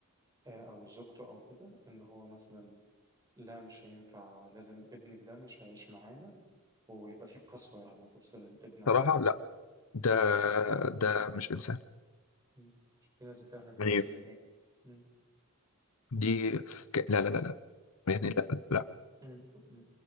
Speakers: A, on the right; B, on the left.
A: آه، او زوجته او كده ان هو مثلا لا مش هينفع لازم ابنك ده مش هيعيش معانا ويبقى في قسوة يعني تفصل الابن عن
B: صراحه
A: ال...
B: لا ده ده مش انسان
A: مم. في ناس بتعمل كده
B: يعني
A: خلي بالك مم.
B: دي ك... لا لا لا لا يعني لا لا
A: مم. مم.